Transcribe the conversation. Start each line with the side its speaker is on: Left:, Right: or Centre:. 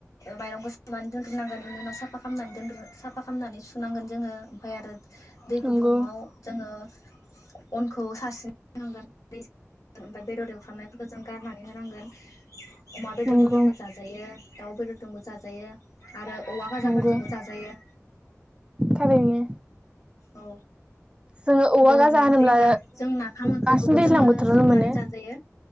Left: माइरंखौ सुनानै दोनग्रोनांगोन इनि उनाव साफानानै दोनग्रो साफा खालामनानै सुनांगोन जोङो ओमफ्राय आरो। दै
Right: नंगौ
Left: गुदुङाव जोङो। अनखौ <unintelligible> ओमफ्राय बेदर एवफ्रामनायफोरखौ जों गारनानै होनांगोन अमा बेदरफोर
Right: नंगौ
Left: दोंबो जाजायो। दाउ बेदरदोंबो जाजायो। आरो औवा गाजाफोरजोंबो
Right: नंगौ
Left: जाजायो।
Right: थारैनो
Left: औ
Right: जोङो औवा
Left: बर'नि
Right: गाजा
Left: ओंख्रि
Right: होनोब्ला
Left: होनबा जों नाफाम ओंख्रिखौबो
Right: बांसिन दैज्लां
Left: जोङो
Right: बोथोरावनो
Left: संनानै
Right: मोनो
Left: जाजायो